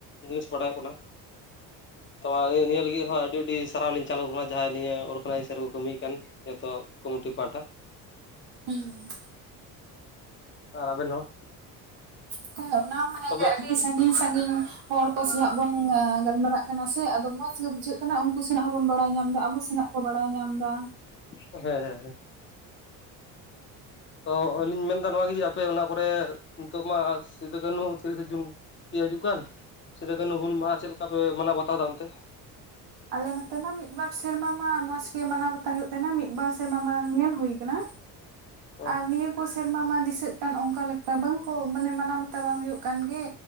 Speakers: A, on the left; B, on the right.
A: ᱱᱤᱭᱩᱡ ᱵᱟᱰᱟᱭᱚᱜ ᱠᱟᱱᱟ <unintelligible> ᱱᱤᱭᱟᱹ ᱞᱤᱜᱤᱜ ᱦᱚᱸᱟᱹᱰᱤ ᱟᱹᱰᱤ ᱪᱟᱞᱟᱣ ᱞᱤᱧ ᱪᱟᱹᱞᱩ ᱟᱱᱟ ᱡᱟᱦᱟᱸ ᱱᱤᱭᱟᱹ <unintelligible> ᱠᱟᱹᱢᱤ ᱠᱟᱱ ᱡᱚᱛᱚ ᱠᱚᱢᱤᱩᱱᱴᱤ ᱯᱟᱦᱟᱴᱟ
B: ᱦᱮᱸ
A: ᱟᱨ ᱟᱵᱮᱱ ᱦᱚᱸ
B: <inaudible> ᱦᱮᱸᱚᱱᱟᱢᱟ ᱦᱮᱸ
A: ᱛᱚᱵᱮ
B: ᱜᱮ ᱟᱹᱰᱤ ᱥᱟᱺᱜᱤᱧ ᱥᱟᱺᱜᱤᱧ ᱦᱚᱲ ᱠᱚ ᱥᱟᱞᱟᱜ ᱵᱚᱱ ᱜᱟᱞᱢᱟᱨᱟᱜ ᱠᱟᱱᱟ ᱥᱮ ᱟᱫᱚ ᱢᱚᱸᱡᱽ ᱜᱮ ᱵᱩᱡᱷᱟᱹᱜ ᱠᱟᱱᱟ ᱩᱱᱠᱩ ᱥᱮᱱᱟᱜ ᱦᱚᱸᱵᱚᱱ ᱵᱟᱲᱟᱭ ᱧᱟᱢᱫᱟ ᱟᱵᱚ ᱥᱮᱱᱟᱜ ᱠᱚ ᱵᱟᱲᱟᱭ ᱧᱟᱢ ᱮᱫᱟ
A: ᱦᱮᱸ ᱦᱮᱸ ᱦᱮᱸ ᱛᱚ ᱟᱞᱤᱧ ᱢᱮᱱᱫᱟ ᱱᱚᱣᱟ ᱡᱩᱫᱤ ᱟᱯᱮ ᱚᱱᱟ ᱠᱚᱨᱮ ᱱᱤᱛᱚᱜ ᱢᱟ ᱥᱤᱫᱩ ᱠᱟᱹᱱᱦᱩ ᱛᱤᱨᱤᱥᱮ ᱡᱩᱱ ᱤᱭᱟ. ᱦᱟᱡᱩᱜ ᱠᱟᱱ ᱥᱤᱫᱩ ᱠᱟᱹᱱᱦᱩ ᱦᱩᱞ ᱢᱟᱦᱟᱸ ᱪᱮᱫ ᱞᱮᱠᱟ ᱯᱮ ᱢᱟᱱᱟᱣ ᱵᱟᱛᱟᱣ ᱮᱫᱟ ᱚᱱᱛᱮ
B: ᱟᱞᱮ ᱱᱚᱛᱮ ᱢᱟ ᱢᱤᱫ ᱵᱟᱨ ᱥᱮᱨᱢᱟ ᱢᱟ ᱢᱚᱸᱡᱽ ᱜᱮ ᱢᱟᱱᱟᱣ ᱵᱟᱛᱟᱣ ᱦᱩᱭᱩᱜ ᱛᱟᱦᱮᱸᱱᱟ ᱢᱤᱫ ᱵᱟᱨ ᱥᱮᱨᱢᱟ ᱢᱟᱲᱟᱝ ᱧᱮᱞ ᱦᱩᱭ ᱠᱟᱱᱟ
A: ᱦᱮᱸ
B: ᱟᱨ ᱱᱤᱭᱟᱹ ᱠᱚ ᱥᱮᱨᱢᱟ ᱢᱟ ᱫᱤᱥᱟᱹᱜ ᱠᱟᱱ ᱚᱝᱠᱟ ᱞᱮᱠᱟ ᱵᱟᱝᱠᱚ ᱢᱟᱱᱮ ᱢᱟᱱᱟᱣ ᱵᱟᱛᱟᱣ ᱵᱟᱝ ᱦᱩᱭᱩᱜ ᱠᱟᱱ ᱜᱮ